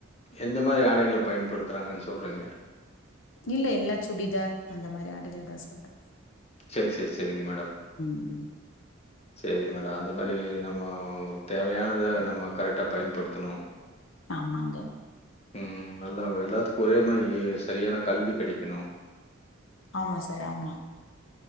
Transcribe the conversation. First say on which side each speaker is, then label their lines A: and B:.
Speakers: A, on the left; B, on the left.
A: எந்த மாரி ஆடைகளை பயன்படுத்துறாங்கன்னு சொல்றீங்க?
B: இல்ல எல்லா சூடிதார் அந்த மாரி ஆடைகள தா சொல்றே
A: செர செர் செரிங்க மேடம்
B: உம்
A: செரி மேடம் அந்த மாரி நம்ம தேவையானத நம்ம கரெக்டா பயன்படுத்தணு
B: ஆமாங்க.
A: உஹம் நல்ல எல்லாத்துக்கோ ஒரே மாரி சரியான கல்வி கெடைக்கணு
B: ஆமா சார் ஆமா